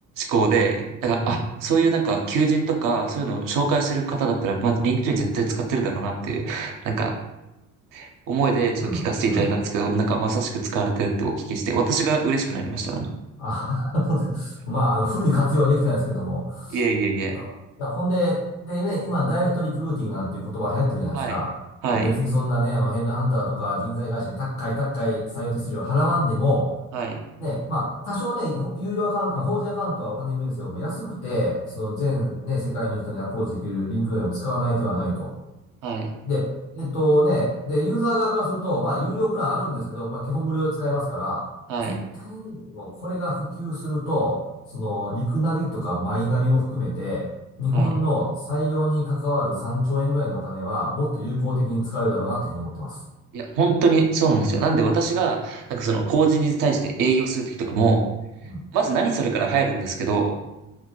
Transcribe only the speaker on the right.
考で、だから、
あ、そういうなんか求人とか、そういうのを紹介してる方だったら、まあ、リンクトイン絶対使ってるだろうなっていう、なんか、思いでちょっと聞かせていただいたんですけど、
なんかまさしく使われてるってお聞きして、私が嬉しくなりました。なんか
いえいえいえ。
はい。はい。
はい。
はい。
はい。
はい。
いや、本当にそうなんですよ。なんで私が、なんかその、法人に対して営業するときとかも、
まず何それから入るんですけど、